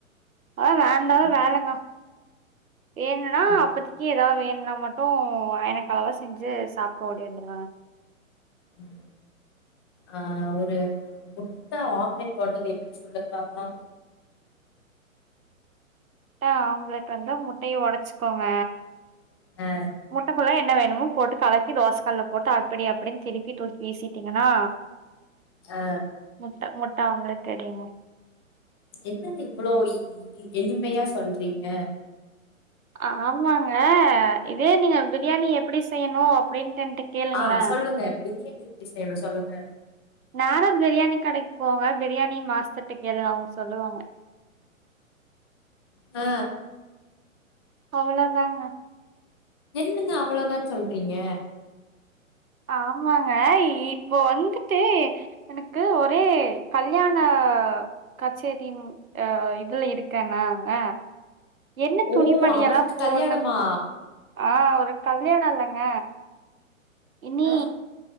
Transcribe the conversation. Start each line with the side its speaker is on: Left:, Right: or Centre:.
Right: அ வேண்டா
Left: ம்
Right: வேலங்க ஏணுனா
Left: ம்
Right: அப்பத்திக்கி ஏதா வேண்னா மட்டு எனக்கு அளவா செஞ்சு சாப்ட்டு ஓடி வந்துருவங்க
Left: ம் ஆ ஒரு முட்ட ஆம்லெட் போட்றது எப்டி சொல்லுங்க பாக்லா
Right: முட்ட ஆம்லெட் வந்து முட்டைய உடைச்சிக்கோங்க
Left: ஆ
Right: முட்டைக்குள்ள என்ன வேணுமோ போட்டு கலக்கி தோசக்கல்ல போட்டு அப்டி அப்டின்னு திருப்பி தூக்கி வீசிட்டிங்கன்னா
Left: ஆ
Right: முட்ட முட்ட ஆம்லெட் ரெடிங்க
Left: என்னங்க இவ்ளோ இ எளிமையா சொல்றீங்க
Right: அ ஆமாங்க இதே நீங்க பிரியாணி எப்டி செய்ணு அப்டின்ட்டு என்ட்ட கேளுங்களே
Left: ஆ சொல்லுங்க பிரியாணி எப்டி செய்ணு சொல்லுங்க
Right: நரா பிரியாணி கடைக்கு போங்க பிரியாணி மாஸ்டர்ட்ட கேளுங்க அவுங்க சொல்லுவாங்க
Left: ஆ
Right: அவ்ளதாங்க
Left: என்னங்க அவ்ளதான் சொல்றீங்க
Right: ஆமாங்க இப்போ வந்துட்டு எனக்கு ஒரே கல்யாண கச்சேரியுமா ஆ இதுல இருக்கேனாங்க என்ன
Left: ஓ
Right: துணிமணியெல்லாம்
Left: அவதுக்கு
Right: போடுறது
Left: கல்யாணமா
Right: ஆ ஒரு கல்யாணோ இல்லங்க இனி
Left: ஆ